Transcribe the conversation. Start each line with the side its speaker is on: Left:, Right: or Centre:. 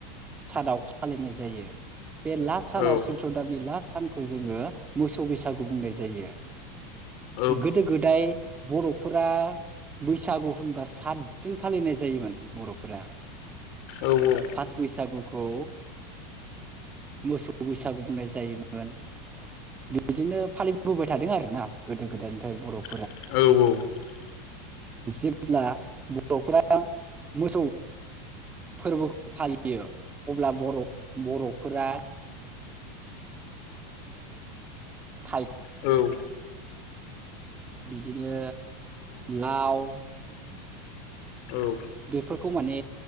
Right: सानाव फालिनाय जायो बे लास्ट सानाव
Left: औ
Right: सैत्र दाननि लास्ट सानखौ जोङो मोसौ बैसागु बुंनाय जायो
Left: औ नंगौ औ नंगौ औ
Right: गोदो गोदाय बर'फोर फोरा बैसागु होनबा सातदिन फालिनाय जायोमोन बर'फोरा
Left: औ
Right: फार्स्ट बैसागुखौ मोसौ बैसागु बुंनाय जायोमोन बिदिनो फालिबोबाय थादों आर ना गोदो गोदायनिफ्राय बर'
Left: औ
Right: जेब्ला बर'फोरा मोसौ फोरबोखौ फालियो अब्ला बर' बर'फोरा थाय
Left: औ
Right: बिदिनो लाव
Left: औ
Right: बेफोरखौ माने